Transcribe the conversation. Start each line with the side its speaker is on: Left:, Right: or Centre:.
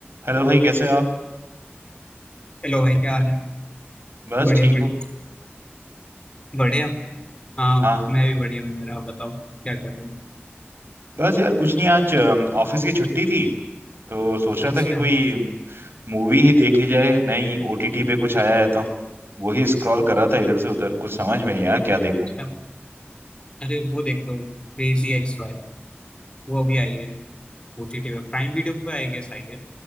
Right: Hello भाई कैसे हो आप
Left: Hello भाई क्या हाल है
Right: बस
Left: बढ़िया
Right: ठीक
Left: बढ़िया
Right: हूँ
Left: बढ़िया हाँ
Right: हाँ
Left: मैं भी बढ़िया हूँ मेरा आप बताओ क्या कर रहे हो
Right: बस यार कुछ नहीं आज अम, ऑफिस की छुट्टी थी तो सोच रहा
Left: अच्छा
Right: था कि कोई मूवी ही देख ली जाए नई ओटीटी पे कुछ आया है तो वही स्क्रॉल कर रहा था इधर से उधर कुछ समझ में नहीं आया क्या देखूं
Left: अच्छा अरे वो देख लो क्रेजी एक्स वाई वो अभी आई है ओटीटी पे प्राइम वीडियो पे आई गेस आई है